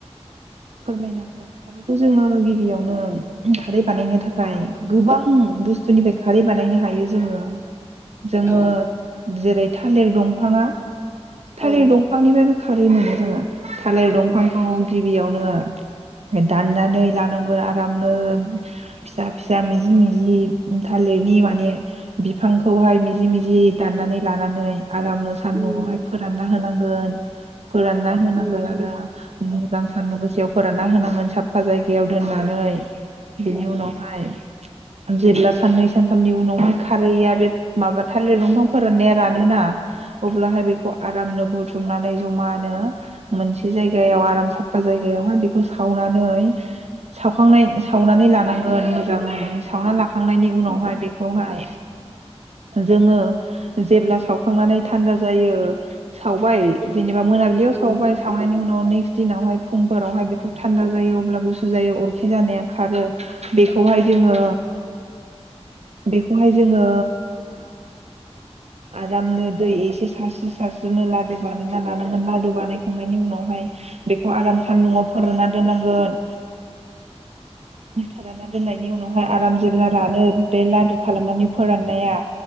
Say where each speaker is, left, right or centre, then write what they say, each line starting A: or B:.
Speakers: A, on the right; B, on the right.
A: फोरमायनो हागोन खारैखौ जोङो गिबियावनो खारै बानायनो थाखाय गोबां बुस्थुनिफ्राय खारै बानायनो हायो जोङो। जोङो
B: औ
A: जेरै थालिर दंफाङा थालिर
B: औ
A: दंफांनिफ्रायबो खारै मोनो जोङो थालिर
B: औ
A: दंफांखौ गिबियावनो होन दाननानै लानांगोन आराम नो फिसा फिसा मिजि मिजि थालिरनि माने बिफांखौहाय मिजि मिजि दाननानै लानानै आरामनो सान्दुंहाय
B: उम
A: फोरानना होनांगोन फोरानना होनांगोन
B: उम
A: आरो मोजां सानदुं गोसोआव फोरान ना होनांगोन साफा जायगायाव दोननानै। बेनि
B: उम
A: उनावहाय जेब्ला साननै सानथामनि उनावहाय खारैया बे माबा थालिर दंफां फोराननाया रानोना अब्लाहाय बेखौ आरामनो बुथुमनानै जमानो मोनसे जायगायाव आराम स जायगायावहाय बेखौ सावनानै सावखांनाय सावनानै लानांगोन मोजाङै सावना लाखांनायनि उनावहाय बेखौहाय जोङो जेब्ला सावखांनानै थान्दा जायो। सावबाय जेनेबा मोनाबिलियाव
B: उम
A: सावबाय सावनायनि उनाव न नेक्स् दिनाव हाय फुंफोरावहाय बेखौ थान्दा जायो अब्लाबो गुसु जायो अरखि जानाया खारो बेखौहाय जोङो बेखौहाय जोङो आरामनो दै एसे सारसि सारस्रोनो ला दु बानायना लानांगोन लादु बानायखांनायनि उनावहाय बेखौ आराम सान्दुंआव फोरानना दोननांगोन फोरानना दोननायनि उनाव हायो आराम जेब्ला रानो बे लाद खालामनानै फोराननाया